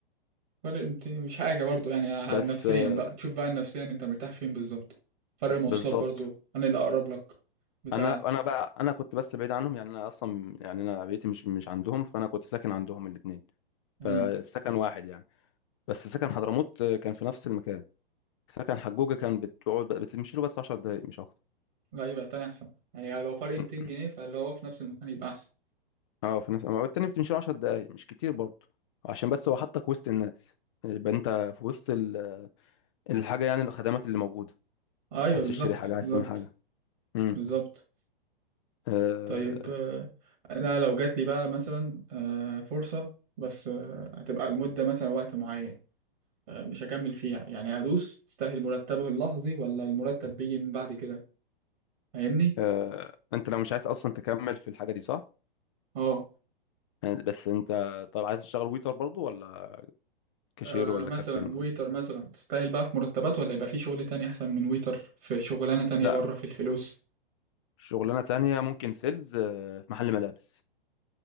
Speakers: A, on the right; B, on the left.
A: فرق مت- مش حاجة برضو يعني ع-
B: بس
A: نفسيا
B: آه،
A: بقى تشوف بقى نفسيا انت مرتاح فين بالظبط فرق
B: ب-
A: مواصلات
B: بالظبط
A: برضو انا اللي اقرب لك بتاع
B: انا انا بقى انا كنت بس بعيد عنهم يعني انا اصلا يعني انا بيتي مش مش عندهم فانا كنت ساكن عندهم الاثنين
A: امم
B: فالسكن واحد يعني بس سكن حضرموت آه، كان في نفس المكان سكن حجوجة كان بتقعد بتمشي له بس 10 دقايق مش اكتر
A: لا يبقى تاني احسن يعني لو فرق 200
B: <clears throat>
A: جنيه فاللي هو في نفس المكان يبقى احسن
B: اه في نفس التاني بتمشي له 10 دقايق مش كتير برضه عشان بس هو حطك وسط الناس يبقى انت في وسط ال- الحاجه يعني الخدمات اللي موجوده
A: ايوه
B: عايز
A: بالظبط
B: تشتري حاجه عايز
A: بالظبط
B: تعمل حاجه امم
A: بالظبط
B: آه
A: طيب آه، انا لو جات لي بقى مثلا آه، فرصة بس آه، هتبقى المدة مثلا وقت معين آه، مش هكمل فيها يعني ادوس تستاهل مرتبه اللحظي ولا المرتب بيجي من بعد كده فاهمني
B: آه انت لو مش عايز اصلا تكمل في الحاجه دي صح
A: اه
B: يعني بس انت طب عايز تشتغل ويتر برضه ولا كاشير
A: آه،
B: ولا
A: مثلا
B: كابتن ولا
A: ويتر مثلا تستاهل بقى في مرتبات ولا يبقى في شغل تاني احسن من ويتر في شغلانة تانية
B: لا
A: بره في الفلوس
B: شغلانة تانية ممكن سيلز آه، في محل ملابس